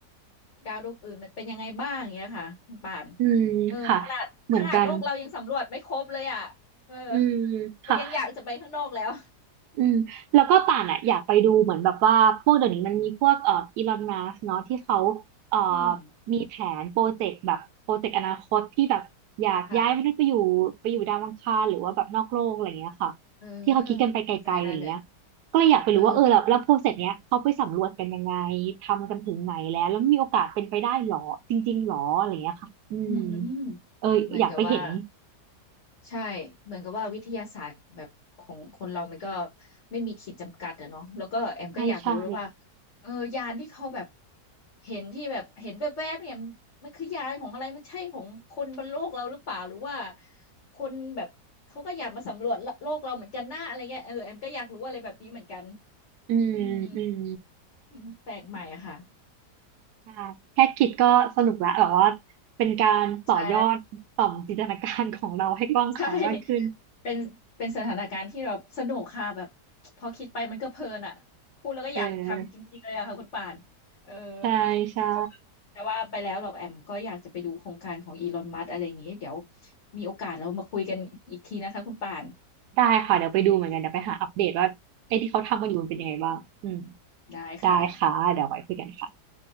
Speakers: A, on the left (about 50°); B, on the right (about 75°).
A: ดาวดวงอื่นมันเป็นยังไงบ้างอย่างเงี้ยค่ะคุณป่าน
B: อืมค่ะ
A: เออขนาดขนาดโลกเรายังสำรวจไม่ครบเลยอ่ะเออ
B: เหมือนกันอืม
A: เรายังอยากจะไปข้างนอกแล้ว
B: ค่ะ อืมแล้วก็ป่านอ่ะอยากไปดูเหมือนแบบว่าพวกเดี๋ยวนี้มันมีพวกเอ่ออีลอนมัสเนาะที่เขาเอ่อ
A: อืม
B: มีแผนโปรเจกต์แบบโปรเจกต์อนาคตที่แบบอยากย้ายมนุษย์ไปอยู่ไปอยู่ดาวอังคารหรือว่าแบบนอกโลกอะไรอย่างเงี้ยค่ะ
A: ค่ะเออ
B: ที่เขาคิดกันไปไกลๆอะไรเงี้ย
A: เข้าใจได้เลย
B: ก็เลยอยากไปรู้ว่าเออแล้วแล้วโปรเจกต์เนี้ยเขาไปสำรวจกันยังไงทำกันถึงไหนแล้วแล้วมีโอกาสเป็นไปได้หรอจริงๆหรออะไรเงี้ยค่ะอืม
A: เอออืม
B: เอออยากไปเห็น
A: เหมือนกับว่า ใช่เหมือนกับว่าวิทยาศาสตร์แบบของคนเรามันก็ไม่มีขีดจำกัดอะเนาะแล้วก็แอมก็อยากรู้แล้วว่า
B: ใช่ใช่
A: เออยานที่เขาแบบเห็นที่แบบเห็นแวบๆเนี่ยมันมันคือยานของอะไรมันใช่ของคนบนโลกเราหรือเปล่าหรือว่าคนแบบเขาก็อยากมาสำรวจโลกเราเหมือนกันหน้าอะไรเงี้ยเออแอมก็อยากรู้อะไรแบบนี้เหมือนกัน
B: อืมอืม
A: อืมอืมแปลกใหม่อะค่ะ
B: อ่าแค่คิดก็สนุกละแบบว่าเป็นการต่อยอดต่อมจินตนาการของเราให้กว้างขวางมากขึ้น
A: ใช่ ใช่เป็นเป็นสถานการณ์ที่เราสนุกค่ะแบบพอคิดไปมันก็เพลินอ่ะพูดแล้วก็อยากทำจริงๆเลยอะค่ะคุณป่านเออ
B: เออใช่ใช่
A: แต่ว่าแต่ว่าไปแล้วหรอกแอมก็อยากจะไปดูโครงการของอีลอนมัสอะไรอย่างงี้เดี๋ยวมีโอกาสเรามาคุยกันอีกทีนะคะคุณป่าน
B: ได้ค่ะเดี๋ยวไปดูเหมือนกันเดี๋ยวไปหาอัปเดตว่าไอ้ที่เขาทำกันอยู่มันเป็นยังไงบ้างอืม
A: ได้ค่ะ
B: ได้ค่ะเดี๋ยวไว้คุยกันค่ะ